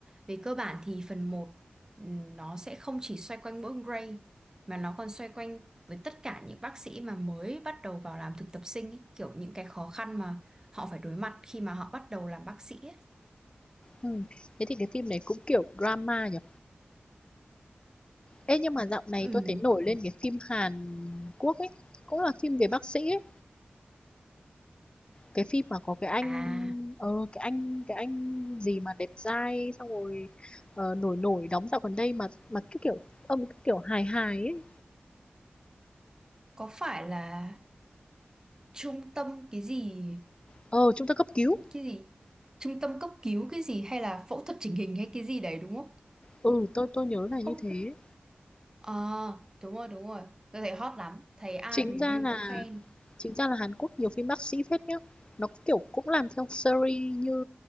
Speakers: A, on the right (about 20°); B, on the left (about 25°).
A: Về cơ bản thì phần một ừ, nó sẽ không chỉ xoay quanh mỗi Grey mà nó còn xoay quanh với tất cả những bác sĩ mà mới bắt đầu vào làm thực tập sinh ý, kiểu những cái khó khăn mà họ phải đối mặt khi mà họ bắt đầu làm bác sĩ ấy.
B: ừ. thế thì cái phim này cũng kiểu drama nhỉ ê nhưng mà dạo này
A: Ừm.
B: tôi thấy nổi lên cái phim Hàn Quốc ấy cũng là phim về bác sĩ ấy cái phim mà có cái anh
A: À,
B: ờ cái anh cái anh gì mà đẹp trai xong rồi ờ, nổi nổi đóng dạo gần đây mà mà cái kiểu ông cái kiểu hài hài ấy
A: có phải là trung tâm cái gì
B: ờ chúng ta cấp cứu
A: cái gì trung tâm cấp cứu cái gì hay là phẫu thuật chỉnh hình hay cái gì đấy đúng không
B: ừ tôi tôi nhớ là như
A: không
B: thế
A: ờ đúng rồi đúng rồi tôi thấy hot lắm thấy ai
B: chính
A: review
B: ra là
A: cũng khen
B: chính ra là Hàn Quốc nhiều phim bác sĩ phết nhá nó kiểu cũng làm theo series như